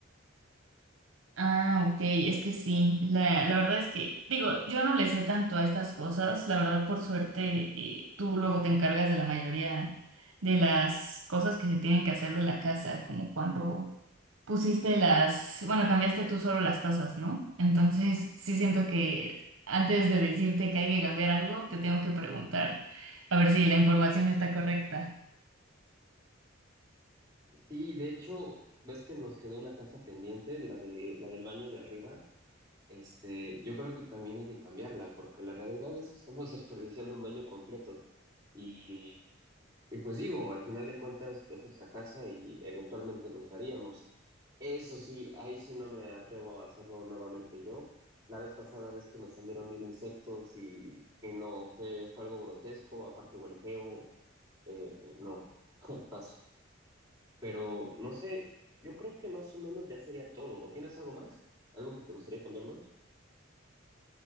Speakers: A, on the right; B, on the right.
A: Ah, ok, es que sí, la, la verdad es que, digo, yo no le sé tanto a estas cosas, la verdad por suerte eh, tú luego te encargas de la mayoría de las cosas que se tienen que hacer de la casa, como cuando pusiste las, bueno, cambiaste tú solo las tazas, ¿no? Entonces sí siento que antes de decirte que hay que cambiar algo, te tengo que preguntar a ver si la información está correcta.
B: Sí, de hecho, ves que nos quedó una taza pendiente, la de, la del baño de arriba. Este, yo creo que también hay que cambiarla, porque la realidad es que estamos <laughs> desperdiciando un baño completo. Y Y pues digo, al final de cuentas es nuestra casa y eventualmente lo usaríamos. Eso sí, ahí sí no me atrevo a hacerlo nuevamente yo. La vez pasada, ves que me salieron mil insectos y, y no, fue, fue algo grotesco, aparte huele feo, eh, eh, no, <laughs> paso. Pero no sé, yo creo que más o menos ya sería todo. ¿O tienes algo más? ¿Algo que te gustaría cambiar más?